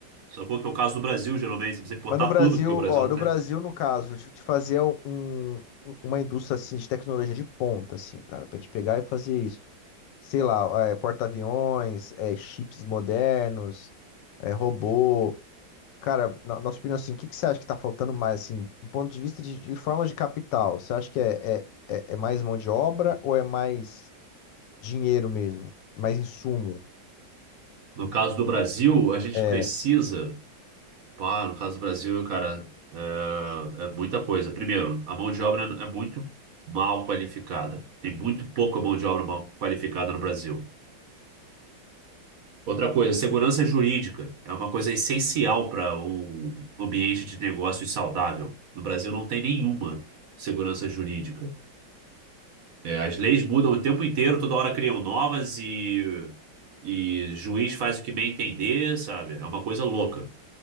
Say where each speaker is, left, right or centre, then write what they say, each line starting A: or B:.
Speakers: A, on the right (about 50°); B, on the left (about 75°).
A: sacou? Que é o caso do Brasil, geralmente. Você precisa importar
B: Mas no Brasil,
A: tudo, porque o Brasil
B: ó,
A: não
B: no
A: tem.
B: Brasil, no caso, de, de fazer um, um, uma indústria assim de tecnologia de ponta, assim, cara, pra gente pegar e fazer isso. Sei lá, é, porta-aviões, é, chips modernos, é, robô. Cara, na nossa opinião, assim, o que que você acha que tá faltando mais, assim, do ponto de vista de, de forma de capital? Você acha que é, é, é é mais mão de obra ou é mais dinheiro mesmo? Mais insumo?
A: No caso do Brasil, a gente
B: É,
A: precisa. Pá, no caso do Brasil, cara, é, é muita coisa. Primeiro, a mão de obra é muito mal qualificada. Tem muito pouca mão de obra mal qualificada no Brasil. Outra coisa, segurança jurídica é uma coisa essencial para o ambiente de negócios saudável. No Brasil não tem nenhuma segurança jurídica. É, as leis mudam o tempo inteiro, toda hora criam novas e, e juiz faz o que bem entender, sabe? É uma coisa louca.